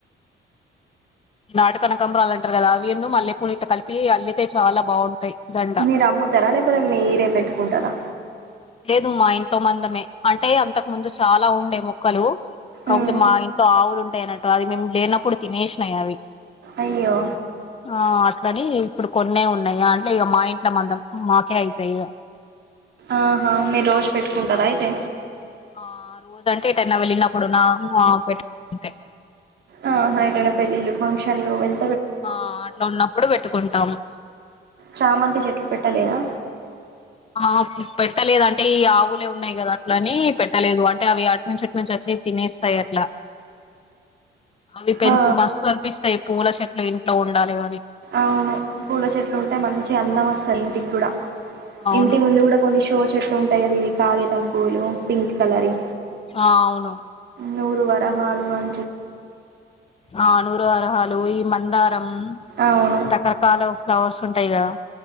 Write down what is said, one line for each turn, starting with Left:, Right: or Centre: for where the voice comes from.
Left: ఈ నాటు కనకంబరలంటారు గదా అవీన్ను మల్లెపూలు ఇలు కలిపి అల్లితే చాలా బాగుంటాయి దండ
Right: మీరు అమ్ముతారా లేకపోతే మీరే పెట్టుకుంటారా
Left: లేదు మా ఇంట్లో మందమే అంటే అంతకు ముందు చాలా ఉండే మొక్కలు కాకపోతే
Right: మ్మ్.
Left: మా ఇంట్లో ఆవులు ఉంటాయి అన్నట్టు అది మేము లేనప్పుడు తినేసినాయి అవి
Right: అయ్యో
Left: ఆ అట్లని ఇప్పుడు కొన్నె ఉన్నాయా అంటే ఇక మా ఇంట్లో మద్దం మాకే అవుతాయి ఇగ
Right: ఆహా మీరు రోజు పెట్టుకుంటారా అయితే
Left: ఆ రోజ అంటే ఎటైనా వెళ్ళినప్పుడు నాకు <unintelligible> నంతే
Right: ఆ ఎటైనా పెళ్ళిలు ఫంక్షన్లు వెళ్
Left: ఆ అట్లా ఉన్నప్పుడు పెట్టుకుంటాము
Right: చామంతి చెట్లు పెట్టలేదా
Left: ఆ పెట్టలేదు అంటే ఈ ఆవులే ఉన్నాయి గదా అట్ల అని పెట్టలేదు అంటే అవి అటునుంచి ఇటు నుంచి వచ్చి తినేస్తయట్ల అవి పెంచ
Right: ఆ
Left: మస్తు అనిపిస్తాయి పూల చెట్లు ఇంట్లో ఉండాలి గాని
Right: అవును పూల చెట్లు ఉంటే మంచి అందం వస్తాది ఇంటికి గూడా
Left: అవును
Right: ఇంటి ముందు కూడా కొన్ని షో చెట్లు ఉంటాయి కద ఇవి కాగితంపూలు పింక్ కలర్ వి
Left: ఆ అవును
Right: నూరు వరహాలు అం
Left: ఆ నూరు వరహాలు ఈ మంద రం
Right: అవును
Left: రకరకాల ఫ్లవర్స్ ఉంటాయి గదా